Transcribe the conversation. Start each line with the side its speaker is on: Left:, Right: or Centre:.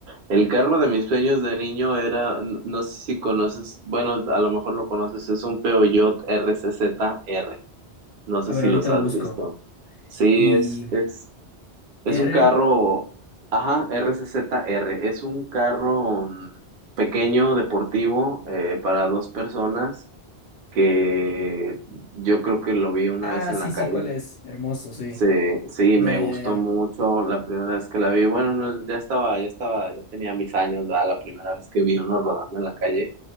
Right: el carro de mis sueños de niño era, n- no sé si conoces, bueno, a lo mejor lo conoces, es un Peugeot RCZR. No sé
Left: A ver,
Right: si
Left: ahorita
Right: los
Left: lo
Right: has
Left: busco.
Right: visto. Sí,
Left: Y
Right: es, es, es
Left: R.
Right: un carro, ajá, RCZR, es un carro mm, pequeño, deportivo, eh, para dos personas, que yo creo que lo vi una
Left: Ah,
Right: vez en
Left: sí,
Right: la calle
Left: sí, ¿cuál es? Hermoso, sí.
Right: Sí, sí,
Left: Ya,
Right: me gustó
Left: ya, ya.
Right: mucho la primera vez que la vi. Bueno, no, ya estaba, ya estaba, ya tenía mis años, ¿verdad? La primera vez que vi uno rodando en la calle.